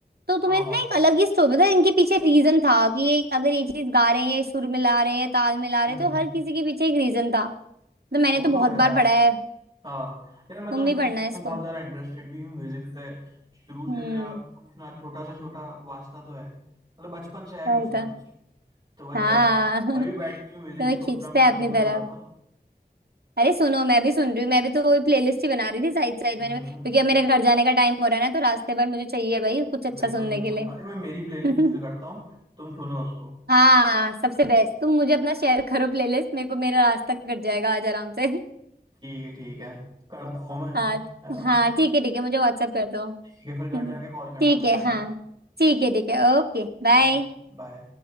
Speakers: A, on the right; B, on the right.
A: तो तुम्हें
B: हाँ
A: ना
B: हाँ
A: एक अलग ही स्टोरी था इनके पीछे रीजन था कि ये अगर ये चीज गा रहे हैं ये सुर मिला रहे हैं ताल मिला रहे
B: हम्म
A: हैं तो हर किसी के पीछे एक रीजन था तो मैंने
B: वो
A: तो बहुत
B: तो है यार
A: बार पढ़ा है
B: हाँ यार मैं
A: तुम
B: तो इन
A: भी
B: सब
A: पढ़ना
B: चीज़ों
A: है इसको
B: में बहुत ज़्यादा इंटरेस्टेड भी हूँ म्यूज़िक से शुरू
A: हम्म
B: से मेरा कुछ ना छोटा सा छोटा वास्ता तो है मतलब बचपन से है
A: सही
B: कुछ ना
A: था
B: कुछ तो वही
A: हाँ
B: यार
A: <laughs>
B: अभी बैठ के मैं म्यूज़िक
A: तुम्हें
B: ही सोच
A: खींचता
B: रहा हूँ कि
A: है
B: सुन
A: अपनी
B: लूँ
A: तरफ
B: थोड़ा सा
A: अरे सुनो मैं भी सुन रही हूँ मैं भी तो वही प्लेलिस्ट ही बना रही थी साइड साइड
B: हम्म
A: मैंने क्योंकि अब मेरे घर जाने का टाइम हो रहा है ना तो रास्ते भर मुझे चाहिए भाई कुछ अच्छा
B: बिल्कुल
A: सुनने
B: बिल्कुल
A: के लिए
B: अरे मैं मेरी प्लेलिस्ट
A: <laughs>
B: शेयर करता हूँ तुम सुनो उसको
A: हाँ सबसे बेस्ट तुम मुझे अपना शेयर करो प्लेलिस्ट मेरे को मेरा रास्ता कट जाएगा आज आराम से
B: ठीक है ठीक है करता हूँ मैं
A: हाँ
B: है ना
A: हाँ ठीक है ठीक है मुझे व्हाट्सअप कर दो
B: ठीक है फिर घर
A: हम्म,
B: जाके कॉल करना
A: ठीक
B: मुझे
A: है
B: है
A: हाँ
B: ना
A: ठीक है ठीक है ओके बाय
B: Okay bye